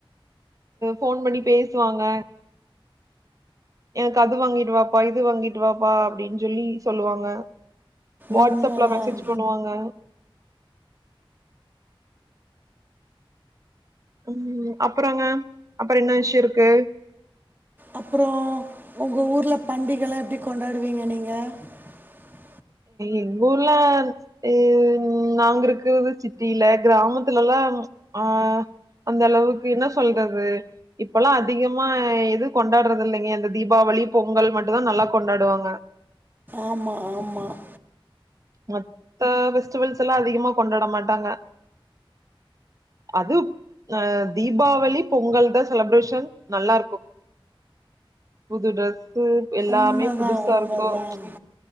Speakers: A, on the right (about 35°); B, on the right (about 20°).
A: போன் பண்ணி பேசுவாங்க எனக்கு அது வாங்கிட்டுவப்பா இது வாங்கிட்டு வாப்பா அப்படின்னு சொல்லி சொல்லுவாங்க வாட்ஸ்ப்ல
B: உண்மைதான்
A: மெசேஜ் பண்ணுவாங்க உஹம் அப்புறங்க அப்புறம் என்ன விஷயம் இருக்கு
B: அப்புறம் உங்க ஊர்ல பண்டிகைகலாம் எப்படி கொண்டாடுவீங்க நீங்க இந்த
A: எங்க ஊர்ல ஹ நாங்க இருக்கிறது சிட்டியில கிராமத்துல எல்லாம் அஹ் அந்த அளவுக்கு என்ன சொல்றது இப்பல்லாம் அதிகமா எது கொண்டாடுறது இல்லைங்க அந்த தீபாவளி பொங்கல் மட்டும் தான் நல்லா கொண்டாடுவாங்க
B: ஆமாம் ஆமாம்
A: மத்த பெஸ்டிவல்ஸ் எல்லாம் அதிகமா கொண்டாட மாட்டாங்க அது அஹ் தீபாவளி பொங்கல் தான் செலப்ரேஷன் நல்லா இருக்கும் புது ட்ரெஸ் எல்லாமே
B: உண்மைதான்
A: புதுசா
B: உண்மைதான்
A: இருக்கும்